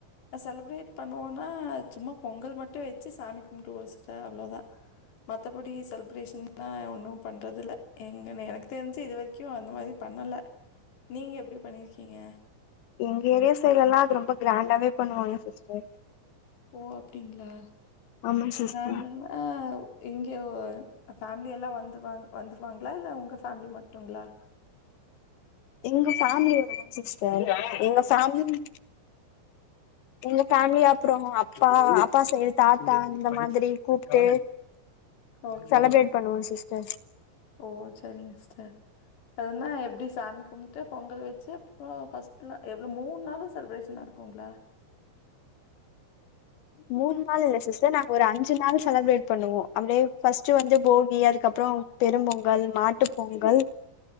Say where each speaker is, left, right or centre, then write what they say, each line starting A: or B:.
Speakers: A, on the left; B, on the left.
A: அ செலப்ரேட் பண்ணுவோன்னா சும்மா பொங்கல் மட்டு வெச்சு சாமி கும்ப்ட்டு முடிச்ட்டா அவ்ளோதா. மத்தபடி செலிப்ரேஷன்னா ஒன்னு பண்றது இல்ல எங்கனு எனக்கு தெரிஞ்சு இது வரைக்கு அந்த மாதி பண்ணல. நீங்க எப்டி பண்ணிருக்கீங்க?
B: எங்க ஏரியா சைட்ல எல்லா அது ரொம்ப கிராண்டாவே பண்ணுவாங்க சிஸ்டர்.
A: ஓ அப்டிங்ளா
B: ஆமா சிஸ்டர்
A: கிராண்டானா ஆவ் இங்கே ஒ அ ஃபேமிலி எல்லா வந்துவா வந்துருவாங்ளா இல்ல உங்க ஃபேமிலி மட் டுங்ளா?
B: எங்க ஃபேமிலி <inaudible> சிஸ்டர் எங்க ஃபேமிலி
A: <inaudible>
B: உங்க ஃபேமிலி அப்புறோ அப்பா அப்பா சைடு தாத்தா இந்த மாதிரி கூப்ட்டு
A: ஓகே.
B: செலப்ரேட் பண்ணுவோ சிஸ்டர்
A: ஓ செரிங்கஸ்டர் அதுனா எப்டி சாமி கும்ப்ட்டு பொங்கல வெச்சு அப்புறோ ஃபஸ் ட்ல எவ்ளோ மூண் நாளு செலிப்ரேஷன் நடக்குங்ளா?
B: மூண் நாள் இல்ல சிஸ்டர் நாங்க ஒரு அஞ்சு நாள் செலப்ரேட் பண்ணுவோ அப்டியே ஃபஸ்ட்டு வந்து போகி அதுக்கப்புறோ பெரும்பொங்கல் மாட்டுப் பொங்கல்